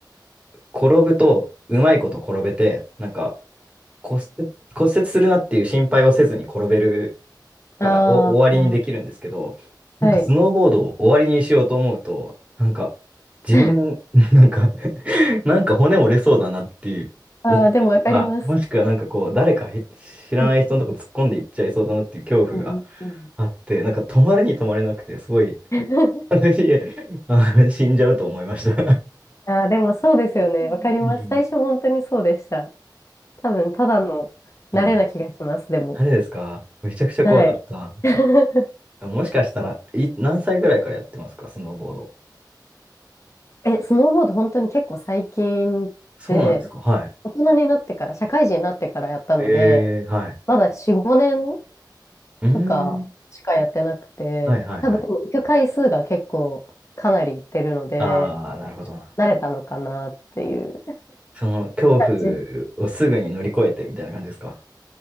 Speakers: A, on the right (about 15°); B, on the left (about 40°).
A: 転ぶと、うまいこと転べて、なんか、骨折、骨折するなっていう心配をせずに転べるからお終わりにできるんですけど、
B: あ、あ
A: なんかスノーボードを終わりにしようと思うと、
B: あ、はい。
A: なんか自分、
B: <laughs>
A: <laughs> なんか <laughs> なんか骨折れそうだなっていう思ったりとか、
B: ああ、でもわかります。
A: もしくはなんかこう、誰かへ知らない人のとこ突っ込んでいっちゃいそうだなっていう恐怖が
B: うんうんうん。
A: あって、なんか止まるに止まれなくて、すごい、
B: <laughs>
A: <laughs> 私、あの死んじゃうと思いました
B: ああ、でもそうですよね。
A: <laughs>
B: わかります。
A: うん。
B: 最初本当にそうでした。多分、ただの慣れな気がします、
A: うん。
B: でも。
A: あれですかめちゃくちゃ怖かった。
B: はい。<laughs>
A: もしかしたら、い、何歳ぐらいからやってますか、スノーボード。
B: え、スノーボード本当に結構最近で、
A: そうなんですか。はい。
B: 大人になってから、社会人になってからやったので、
A: えー、はい。
B: まだ4、5年
A: うーん。
B: とかしかやってなくて、
A: はいはいはい。
B: 多分でも行く回数が結構かなり行ってるので、
A: ああ、なるほど。
B: なれたのかなっていう。
A: その恐怖をすぐに乗り越えてみたいな感じですか。
B: 感じ。